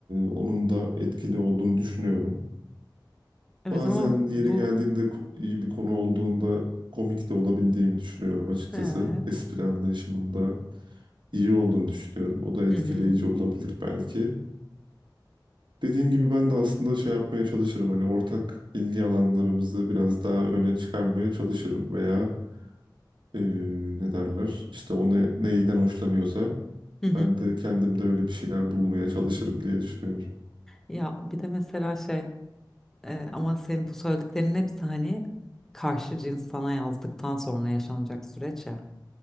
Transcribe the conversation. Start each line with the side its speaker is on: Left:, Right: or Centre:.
Right: onun da etkili olduğunu düşünüyorum.
Centre: Evet
Right: Bazen
Centre: ama
Right: yeri
Centre: bu
Right: geldiğinde ko- iyi bir konu olduğunda komik de olabildiğimi düşünüyorum açıkçası.
Centre: evet.
Right: Espri anlayışımında iyi olduğunu düşünüyorum. O da etkileyici
Centre: Hı hı.
Right: olabilir belki. Dediğin gibi ben de aslında şey yapmaya çalışırım. Hani ortak ilgi alanlarımızı biraz daha öne çıkarmaya çalışırım veya eee, ne derler? İşte o ne- neyden hoşlanıyorsa
Centre: Hı hı.
Right: ben de kendimde öyle bir şeyler bulmaya çalışırım diye düşünüyorum.
Centre: Ya bir de mesela şey e, ama senin bu söylediklerinin hepsi hani karşı cins sana yazdıktan sonra yaşanacak süreç ya.